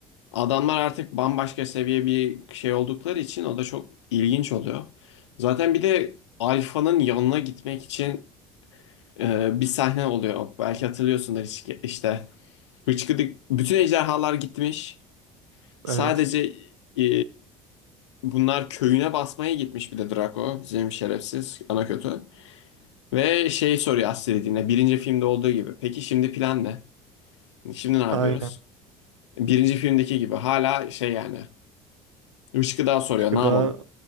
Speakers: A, on the left; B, on the right.
A: adamlar artık bambaşka seviye bir şey oldukları için o da çok ilginç oluyor. Zaten bir de Alfa'nın yanına gitmek için e, bir sahne oluyor. Belki hatırlıyorsundur hiç- işte. Hıçkıdık bütün ejderhalar gitmiş. Sadece
B: Evet.
A: e, Bunlar köyüne basmaya gitmiş bir de Draco. Bizim şerefsiz ana kötü. Ve şey soruyor Astrid'ine birinci filmde olduğu gibi. Peki şimdi plan ne? Şimdi ne yapıyoruz?
B: Aynen.
A: Birinci filmdeki gibi hala şey yani. Işkıdağ soruyor
B: Üç gıda.
A: ne yapalım?